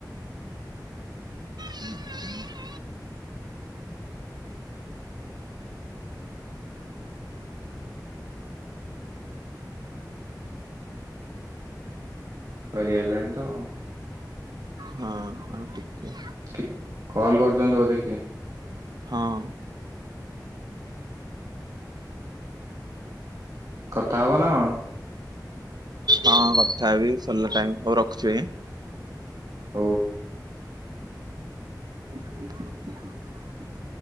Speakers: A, on the right; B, on the right.
A: ହୁଁ ହୁଁ <unintelligible>
B: ସରି ଆଇଲାଣି ତ
A: ହଁ ଆଉ ଟିକେ
B: କିଏ କଲ୍ କରୁଛନ୍ତି ବୋଧେ କିଏ?
A: ହଁ।
B: କଥା ହେବ ନା କଣ?
A: ହଁ କଥା ହେବି ସରିଲା ଟାଇମ ହଉ ରଖୁଛି ଭାଇ।
B: ହଉ।
A: <inaudible>